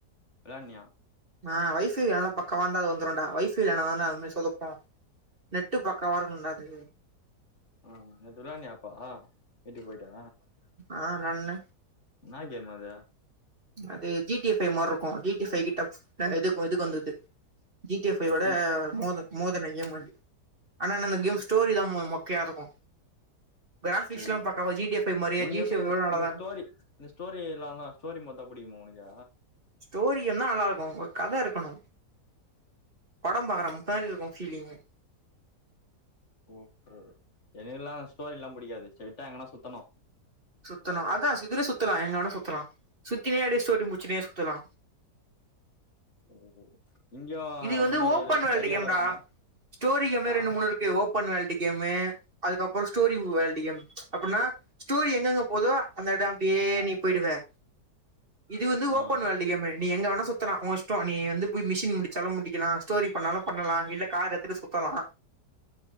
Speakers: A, on the left; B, on the right.
A: விளாட்னியா
B: ஆ வை ஃபை நல்லா பக்காவாந்தா அது வந்துருண்டா வை ஃபை இல்லனா தான்டா அத மாரி சொதப்பூ நெட்டு பக்காவா இருக்கனுண்டா அதுக்கு
A: ஆஹ் நேத்து விளாட்னியா அப்போ வீட்டுக்கு போயிட்டு
B: ஆஹ் விளாண்டனே
A: இன்னா கேம் அதூ
B: அது G T A five மார்ருக்கூ G T A five க்கு டஃப் இது இதுக்கு வந்தது ஜி டி ஏ ஃபை ஓட
A: இ
B: மோதன் மோதுன கேமு ஆனா என்ன அந்த கேம் ஸ்டோரிதா ம மோக்கையா இருக்கு கிராஃபிக்ஸ்லா
A: ஓ
B: பக்காவா ஜி டி எஃப் ஃபை மாரியே
A: உனக்கு
B: ஜி
A: எப்டி
B: சி எப்
A: இது
B: விட நல்லாதா
A: இந்த ஸ்டோரி
B: இருக்
A: இந்த ஸ்டோரி இல்லாமதா ஸ்டோரி மார்தா புடிக்குமா உனக்கு
B: ஸ்டோரி கேம்தா நல்லா இருக்கு ஒரு கத இருக்கணு படம் பாக்குற <unintelligible> இருக்கு ஃபீலிங்கு
A: ஓஹோ எனக்கெல்லா ஸ்டோரிலா புடிக்காது ஸ்ட்ரைட்டா எங்கனா சுத்தணு
B: சுத்தனு அதா இதுலே சுத்தலா எங்க வேனா சுத்தலா சுத்தினே அப்டியே ஸ்டோரி முடிச்சினே சுத்தலா
A: ஓ இங்கயு
B: இது
A: அந்த
B: வந்து
A: மாரி
B: ஓப்பன்
A: எட
B: வேர்ல்டு
A: நெறைய
B: கேம்டா
A: எடோ இருக்குமா
B: ஸ்டோரி கேமே
A: ஆ
B: ரெண்டு மூனூ இருக் கு ஓபன் வேல்டு கேமு அதுக்கப்பறோ ஸ்டோரிவ்
A: ஆ
B: வேல்டு கேமு அப்புட்னா ஸ்டோரி எங் கெங்க போதோ அந்த எடோ அப்டியே நீ போயிடுவ இது வந்து
A: ஆ
B: ஓபன் வேல்டு கேமு நீ எங்க வேணா சுத் சுத்தலா ஓ இஷ்டோ நீ வந்து போய் மிஷின் முடிச்சாலு முடிக்கலா ஸ்டோரி பண்ணாலு பண்ணலா இல்ல கார் எடுத்துட்டு சுத்தலா